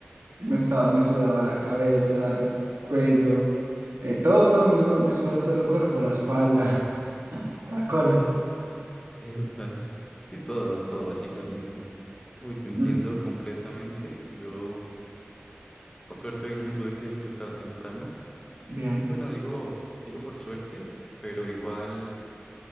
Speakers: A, on the right (about 80°); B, on the left (about 15°).
A: Me estaba, me sudaba la cabeza, el cuello, eh, todo, todo, me sudaba, me sudaba todo el cuerpo, la espalda, <laughs> la cola.
B: Epa. Sí, todo, todo, básicamente. Uy, te entiendo
A: Mm,
B: completamente. Yo, por suerte, hoy no me tuve que despertar temprano.
A: Bien.
B: Bueno, digo, digo por suerte, pero igual,